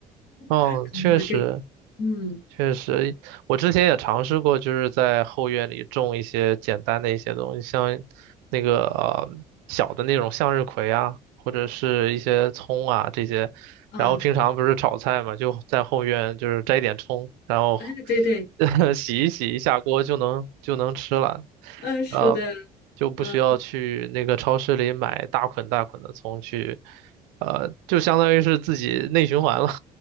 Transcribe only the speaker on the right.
嗯，
确实，
确实，我之前也尝试过，就是在后院里种一些简单的一些东西，像那个呃小的那种向日葵啊，或者是一些葱啊这些。
然后平常不是炒菜嘛，就在后院就是摘点葱，然后
<laughs> 洗一洗一下锅就能就能吃了，
呃，就不需要去那个超市里买大捆大捆的葱去，
呃，就相当于是自己内循环了，